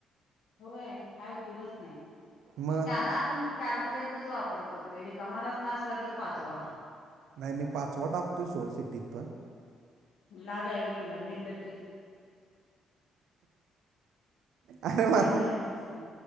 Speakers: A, on the left; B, on the right.
A: होय काय उपयोगच नाही
B: मग
A: जादा आपण चारपर्यंतच वापर करतोय रिकामा रस्ना असला तर पाचवा
B: नाही मी पाचवा टाकतोय सोड सिटीत पण
A: लाजा हो तुला निर्लज
B: अरे
A: कााय
B: मा
A: का राहायचं सां